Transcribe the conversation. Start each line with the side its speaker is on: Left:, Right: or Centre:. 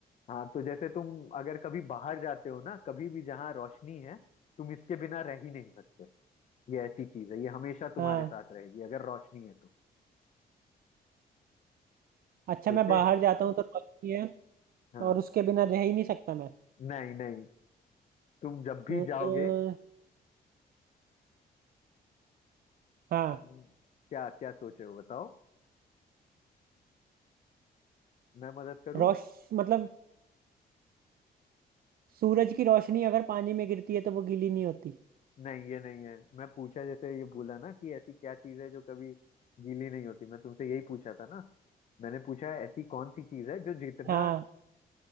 Left: हाँ तो जैसे तुम अगर कभी बाहर जाते हो ना कभी भी जहाँ रोशनी है तुम इसके बिना रह ही नहीं सकते ये ऐसी चीज है ये हमेशा तुम्हारे
Right: हाँ
Left: साथ रहेगी अगर रोशनी है तो
Right: अच्छा
Left: सोचे
Right: मैं बाहर जाता हूँ तो रोशनी है
Left: हाँ
Right: और उसके बिना रह ही नहीं सकता मैं
Left: नहीं नहीं तुम जब
Right: अ,
Left: भी जाओगे
Right: हाँ
Left: हम्म, क्या क्या सोचे हो बताओ मैं मदद करूं
Right: रोश मतलब सूरज की रोशनी अगर पानी में गिरती है तो वो गीली नहीं होती
Left: नहीं ये नहीं है मैं पूछा जैसे ये बोला ना कि ऐसी क्या चीज है जो कभी गीली नहीं होती मैं तुमसे यही पूछा था ना मैंने पूछा है ऐसी कौन सी चीज है जो जितना
Right: हाँ